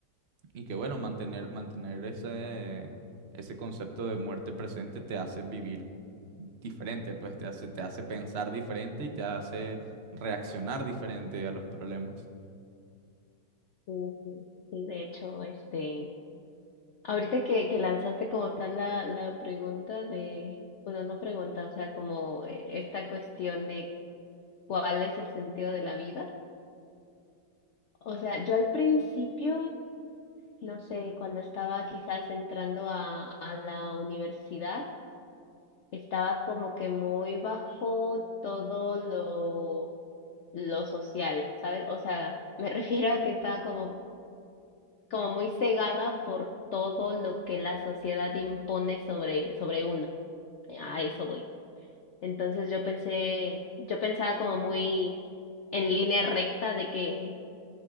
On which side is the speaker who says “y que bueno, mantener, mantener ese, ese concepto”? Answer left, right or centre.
Right